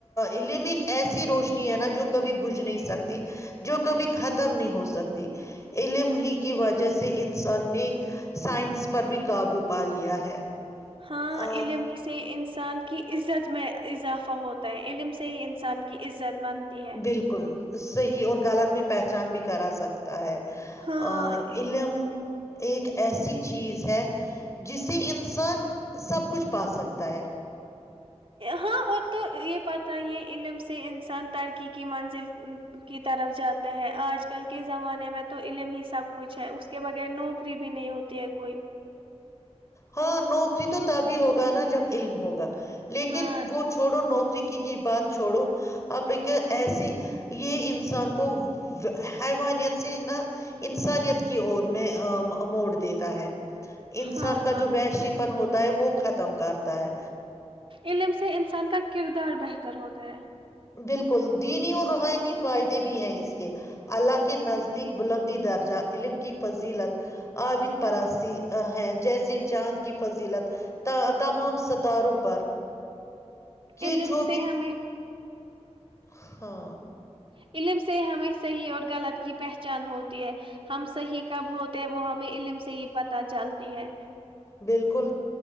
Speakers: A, on the left; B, on the right.
A: علم ایک ایسی روشنی ہینا جو کبھی بجھ نہیں سکتی جو کبھی ختم نہیں ہو سکتی علم ہی کی وجہ سے انسان نے سائنس پر بھی قابو پا لیا ہے
B: ہاں
A: آ،
B: علم سے ان انسان کی عزت میں اضافہ ہوتا علم سے ہی انسان کی عزت بنتی ہے
A: بالکل <unintelligible> صحیح اور غلط میں پہچان بھی کرا سکتا ہے
B: ہاں
A: ام ایک ایسی چیز ہے جسے انسان سب کچھ پا سکتا ہے
B: ہاں اور تو یہ بات ت یہ علم سے انسان ترقی کی منزل کی طرف جاتا ہے آج کل کے زمانے میں تو علم ہی سب کچھ ہے اس کے بغیر نوکری بھی نہیں ہوتی ہے کوئی
A: ہاں نوکری تو تبھی ہوگا نا جب علم ہوگا لیکن
B: ہاں
A: وہ چھوڑو نوکری کے کی بات چھوڑو آ ایسی یہ انسان کو حوانیت سے نہ انسانیت کی اور میں موڑ دیتا ہے انسان
B: ہاں
A: کا
B: ہاں
A: جو ویشی پن ہوتا وہ ختم کرتا ہے
B: علم سے انسان کا کردار بہتر تر ہوتا ہے
A: بالکل دینی اور روحنی فائدے بھی ہیں اس کے اللہ کے نزدیک بلندی درجہ علم کی فضیلت عابد پراسی ہیں جیسے چاند کی فضیلت تمام ستاروں پر یہ
B: علم
A: چو
B: سے
A: بھی
B: ہمیں
A: ہاں <unintelligible>
B: علم سے ہمیں صحیح اور غلط کی پہچان ہوتی ہے ہم صحیح کب ہوتے وہ ہمیں علم سے ہی پتہ چلتی ہے
A: بالکل